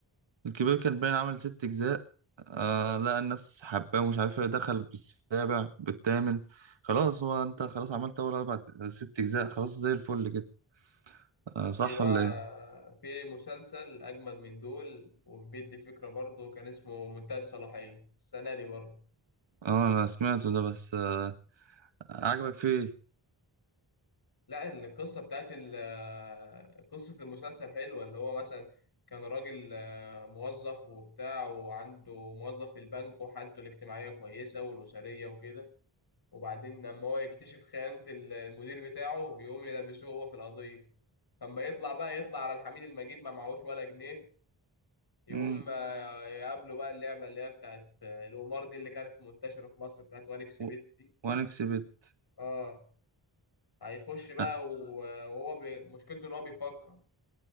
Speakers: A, on the right; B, on the left.
A: الكبير كان باين عمل ست أجزاء آه لا الناس حباه ومش عارف ايه دخل بالسابع بالثامن خلاص هو انت خلاص عملت أول أربع ست أجزاء خلاص زي الفل كده آه صح
B: في بقى
A: ولا ايه؟
B: في مسلسل اجمد من دول وبيدي فكرة برضه كان اسمه منتهى الصلاحية السنة دي برضه
A: اه أنا سمعته ده بس آه عجبك فيه؟
B: لا القصة بتاعت ال- قصة المسلسل حلوة اللي هو مثلا كان راجل آه، موظف وبتاع وعنده موظف في البنك وحالته الاجتماعية كويسة والأسرية وكده وبعدين لما هو يكتشف خيانة ال- المدير بتاعه يقوم يلبسوه هو في القضية فما يطلع بقى يطلع على الحميد المجيد ما معهوش ولا جنيه يقوم
A: مم.
B: آه، يقابله بقى اللعبة اللي هي بتاعت آه، القمار دي اللي كانت منتشرة في مصر بتاعت وانكس
A: و-
B: بيت دي
A: وأنا كسبت
B: اه هيخش بقى
A: آه،
B: و- وهو بي... مشكلته ان هو بيفكر